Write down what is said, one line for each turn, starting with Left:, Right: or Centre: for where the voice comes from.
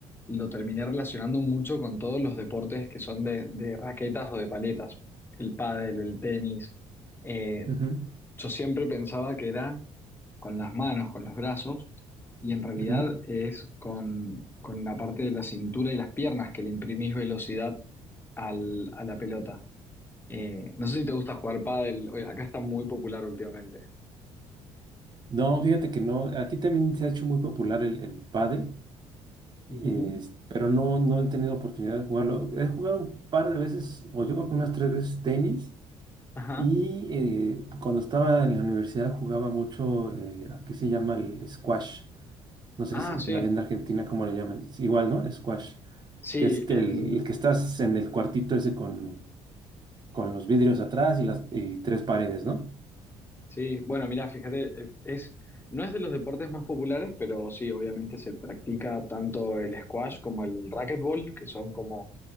Left: lo terminé relacionando mucho con todos los deportes que son de, de raquetas o de paletas. El pádel, el tenis. Eh,
Right: Ujú,
Left: yo siempre pensaba que era con las manos, con los brazos, y en realidad
Right: ujú.
Left: es con, con la parte de la cintura y las piernas que le imprimís velocidad al, a la pelota. Eh, no sé si te gusta jugar pádel, Oye, acá está muy popular últimamente.
Right: No, fíjate que no, aquí también se ha hecho muy popular el, el pádel.
Left: Ujú.
Right: es- pero no, no he tenido oportunidad de jugarlo. He jugado un par de veces, o yo creo que unas tres veces tenis.
Left: Ajá.
Right: Y eh, cuando estaba en la universidad jugaba mucho, eh, aquí se llama el squash. No sé
Left: Ah,
Right: si allá
Left: sí.
Right: en Argentina cómo le llaman. Es igual, ¿no? Squash.
Left: Sí,
Right: Que es que el,
Left: em,
Right: el que estás en el cuartito ese con, con los vidrios atrás y las y tres paredes, ¿no?
Left: sí. Bueno, mira, fíjate, eh, es, no es de los deportes más populares, pero sí, obviamente se practica tanto el squash como el racquetball, que son como